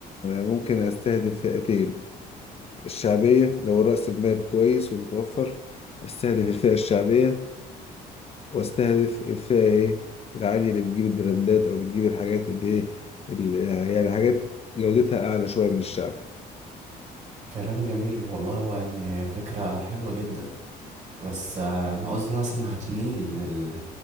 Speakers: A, on the left (about 35°); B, on the right (about 45°).
A: ممكن أستهدف فئتين الشعبية لو رأس المال كويس ومتوفر أستهدف الفئة الشعبية وأستهدف الفئة إيه العالية اللي بتجيب البراندات أو بتجيب الحاجات اللي إيه اللي- يعني حاجات جودتها أعلى شوية من الشعب
B: كلام جميل والله هو يعني هي فكرة حلوة جدا بس آه، أنا قصدي مثلا هتميل لل...